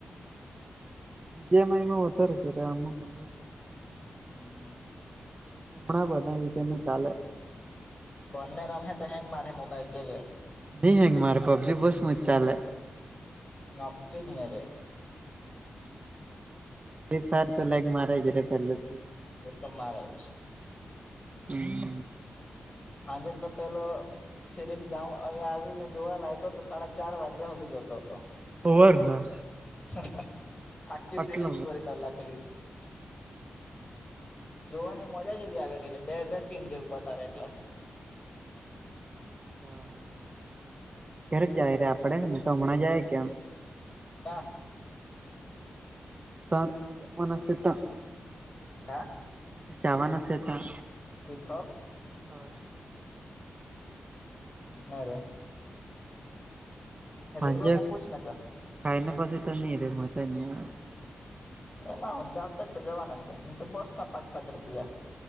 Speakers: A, on the right; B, on the left.
A: જેમાંઈમાં વધારે છે આમાં પંદર.
B: હમ્મ.
A: ઘણા બધા ઈ કે ની કાલે.
B: બંને રમ તો હેંગ મારે મોબાઈલ જોજે.
A: ન હેંગ મારે પબજી બોજ સ્મુત ચાલે.
B: નકીનેરે.
A: બિગ ફેન તો લાઈક મારે ગ રે પહેલાથી.
B: એતો મારેજ.
A: હમ્મ.
B: આજે તો પેલુ. શેરીષ ગાઉ અહીયા આવીને જોવા લાગ્યો તો સાડા ચાર વાગ્યા હુંધી જોતો હતો.
A: હવારના.
B: આખી
A: આટલો
B: સિરીઝ પૂરી કર લાખેલી. જોવાની મજા જ એવી આવે એટલે બે બે સીન જેવું બતાવે એટલે.
A: હ હા. ક્યારેક જાય રે આપડણે ને તો હમણાં જાય કેમ.
B: કા.
A: તાં વનસતા.
B: હા.
A: જવાના છે, હતા
B: ત્રિથોલ
A: હા
B: નાર
A: હાજ,
B: રવિઓને પૂછ ને તો
A: ખાયના પાસે તો નહી, રે મની
B: એમાં હું ચાલતા જ તો જવાના છે, તો બસ માં પાંચ પાંચ રૂપિયા